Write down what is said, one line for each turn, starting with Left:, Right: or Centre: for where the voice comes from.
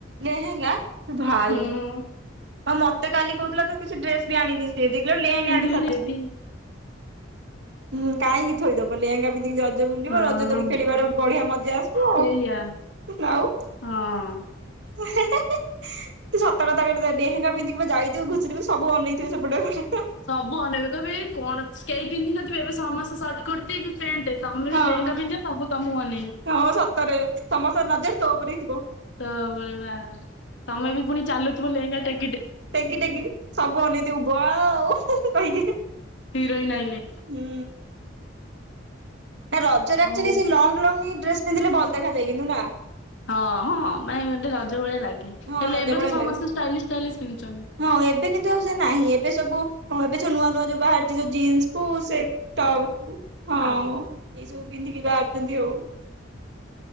Right: ଲେହେଙ୍ଗା ଇରେ ଭାଇ
Left: ହୁଁ
Right: ଆଉ ମୋତେ କାଲି କହୁଥିଲା ତ କିଛି ଡ୍ରେସ ବି ଆଣିନି। ସେ ଦିଜଣ ଲେହେଙ୍ଗା
Left: ପିନ୍ଧିବିନି
Right: ଆଣି ସାରିଛିଁ
Left: ଦେବି
Right: ହୁଁ କାହିଁକି ଥୋଇଦବ? ଲେହେଙ୍ଗା ବିିନ୍ଧିକି ରଜ ବୁଲିବ
Left: ହଁ
Right: ରଜ ଦୋଳି ଖେଳିବାର ବଢିଆ ମଜା ଆସିବ ଆଉ
Left: ସେଇଆ
Right: ହୁଁ ହୁଁ ଆଉ।
Left: ହଁ।
Right: ହେଁ ହେଁ ହେଁ ଏଁ। ତୁ ସତକତା କହିଲୁ ତୋ ଲେହେଙ୍ଗା ପିନ୍ଧିକି ପୁରା ଯାଇଥିବୁ ଘୁବୁରୁ ସବୁ ଅନେଇଥିବେ ସେପଟରେ ଘରେ
Left: ସବୁ ଅନେଇବେ କହିବେ କଣ କେହି ପିନ୍ଧିନଥିବେ ଏବେ ସମସ୍ତେ ସଚ୍ଚ କର ପିନ୍ଧିବି ପେଣ୍ଟେ ତମେ
Right: ହଁ।
Left: ଲେହେଁଙ୍ଗା ପିନ୍ଧିଚ ସବୁ ତମକୁ ଅନେଇବେ।
Right: ହଁ ସତରେ। ସମସ୍ତ ନଜର ତୋ ଉପରେ ହିଁ ଥିବ।
Left: ତ ବିବାର ତମେ ବି ପୁଣି ଚାଲୁଥିବ ଲେହେଙ୍ଗା ଟେ
Right: ଟେକି ଟେକି ସବୁ ଅନେଇଁ ଥିବେ ୱା ଓ କହିକି।
Left: ହିରୋଇନ୍ ଆଇଲେ।
Right: ହୁଁ। ନା ରଜରେ
Left: ଆଉ
Right: ଆକ୍ଚୁଲି ସେ ଲଙ୍ଗ ଲଙ୍ଗ ଡ୍ରେସ୍ ପିନ୍ଧିଲେ ଭଲ ଦେଖାଯଏ। କିନ୍ତୁ ନାଁ?
Left: ହଁ ହଁ ନାଇଁ ବୋଧେ ମୋତେ ରଜ ଭଳିଆ ଲାଗେ
Right: ହଁ
Left: ହେଲେ
Right: ରଜ
Left: ଏବେ
Right: ଭଳିଆ
Left: ତ ସମସ୍ତେ
Right: ଲାଗେ
Left: ଷ୍ଟାଇଲି ଷ୍ଟାଇଲିସ୍ ପିନ୍ଧୁଛନ୍ତି।
Right: ହଁ ଏବେ କିନ୍ତୁ ଆଉ ସେ ନାହିଁ ଏବେ ସବୁ ହଁ ଏବେ ଯୋ ନୂଆ ନୂଆ ଯୋଉ ବାହରି ଯଉଁ ଜିନ୍ସ କୁ ସେ ଟପ୍ ହଁ ଏଇ ସବୁ ପିନ୍ଧିକି ବାହାରୁଛନ୍ତି ଆଉଁ।